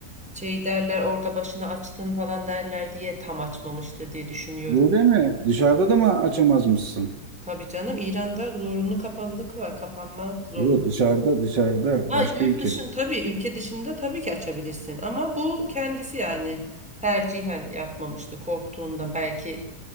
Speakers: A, in the centre; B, on the right.
A: şey derler orada başını açtın falan derler diye tam açmamıştır diye düşünüyorum.
B: böyle mi? Dışarıda da mı açamaz mısın?
A: Tabii canım İran'da zorunlu kapalılık var. Kapanmak zorundasın.
B: Yok dışarıda dışarıda
A: Ha,
B: başka
A: yurt
B: ülkede.
A: dışın tabii ülke dışında tabii ki açabilirsin ama bu kendisi yani tercihen yapmamıştı korktuğundan belki